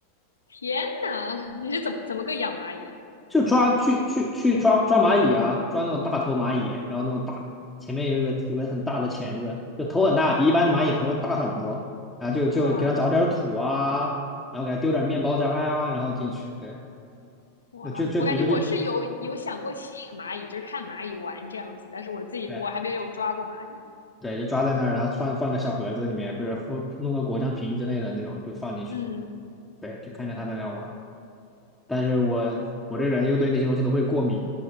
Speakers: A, on the left; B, in the centre.
A: 天呐，你是怎么怎么个养蚂蚁啊
B: 就抓去去去抓抓蚂蚁啊，抓那种大头蚂蚁，然后那种大前面有一个有个很大的钳子，就头很大，比一般的蚂蚁头大很多，啊。就就给它找点土啊，
A: 哇
B: 然后给它丢点面包渣呀、然后进去，对，
A: 哇，
B: 就就比如说就。
A: 我感觉我是有有想过吸引蚂蚁，就是看蚂蚁玩这样子，但是我自己我还没有抓过蚂蚁。
B: 对对，就抓在那儿，然后放放个小盒子里面，或者或弄个果酱瓶之类的那种，就放进去。
A: 嗯，
B: 对，就看着他在那玩儿但是我我这人又对那些东西都会过敏，